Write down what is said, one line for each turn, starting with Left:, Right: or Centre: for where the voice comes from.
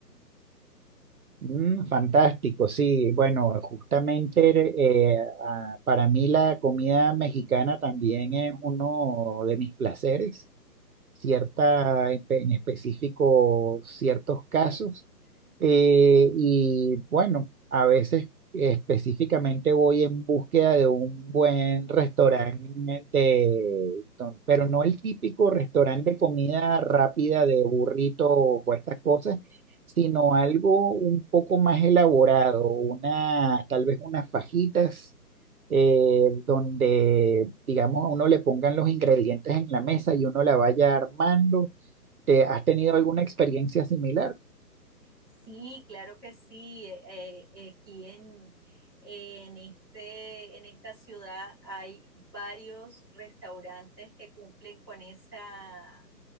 Right: Mm, fantástico, sí. Bueno, justamente eh, a- para mí la comida mexicana también es uno de mis placeres. Cierta, en específico, ciertos casos. Eh, y bueno, a veces específicamente voy en búsqueda de un buen restaurante de, don- pero no el típico restaurante de comida rápida de burrito o estas cosas, sino algo un poco más elaborado, una, tal vez unas fajitas eh, donde, digamos, a uno le pongan los ingredientes en la mesa y uno la vaya armando. ¿Te has tenido alguna experiencia similar?
Centre: Sí, claro que sí. Eh, eh, aquí en, en, este, en esta ciudad hay varios restaurantes que cumplen con esa